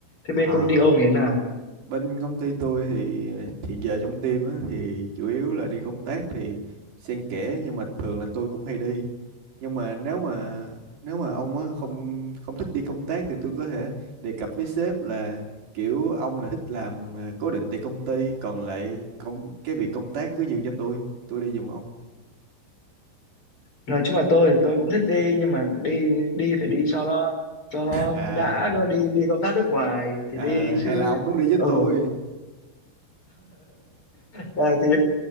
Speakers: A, on the left; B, on the right.
A: thế bên
B: à.
A: công ty ông như thế nào
B: Bên công ty tôi thì ờ, hiện giờ trong team á, thì chủ yếu là đi công tác thì xen kẽ nhưng mà thường là tôi cũng hay đi. Nhưng mà nếu mà nếu mà ông á, không không thích đi công tác thì tôi có thể đề cập với sếp là kiểu ông là thích làm ờ, cố định tại công ty còn lại công cái việc công tác cứ nhường cho tôi, tôi đi giùm ông.
A: nói chung là tôi thì tôi cũng thích đi nhưng mà đi đi phải đi cho nó cho nó
B: <laughs> À,
A: đã có đi đi công tác nước ngoài thì đi
B: à
A: chứ
B: hay là ông muốn đi với
A: ờ
B: tôi?
A: này thì